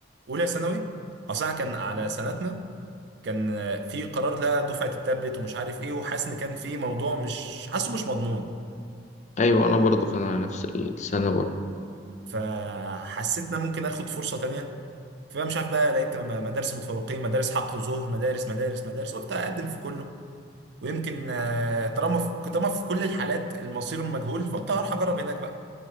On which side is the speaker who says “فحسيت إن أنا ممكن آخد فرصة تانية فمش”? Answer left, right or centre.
Right